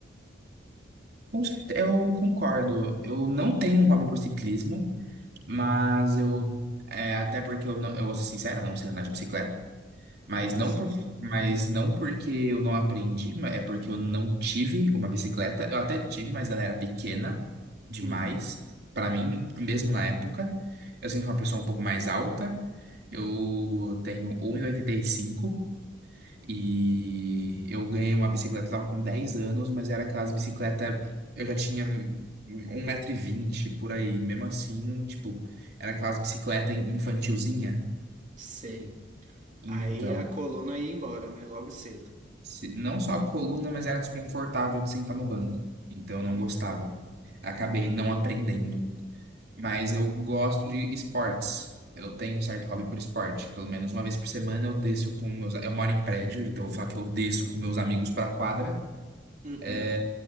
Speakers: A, on the right; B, on the right.
A: Com certe- Eu concordo. Eu não tenho um hobby por ciclismo, mas eu é, até porque eu não, eu vou ser sincero, eu não sei andar de bicicleta, mas
B: Nossa.
A: não por, mas não porque eu não aprendi, ma- é porque eu não tive uma bicicleta. Eu até tive, mas ela era pequena demais
B: Uhum.
A: pra mim, mesmo na época. Eu sempre fui uma pessoa um pouco mais alta. Eu tenho um metro e oitenta e cinco e eu ganhei uma bicicleta, eu tava com 10 anos, mas era aquelas bicicleta, eu já tinha um metro e vinte por aí, mesmo assim, tipo, era aquelas bicicleta infantilzinha.
B: Sei.
A: Então,
B: Aí a coluna ia embora, né? Logo cedo.
A: se- não só a coluna, mas era desconfortável de sentar no banco. Então eu não
B: Uhum.
A: gostava. Acabei não aprendendo. Mas eu gosto de esportes. Eu tenho um certo hobby por esporte. Pelo menos uma vez por semana eu desço com meus. Eu moro em prédio, então eu vou falar que eu desço com meus amigos pra quadra.
B: Uhum.
A: É,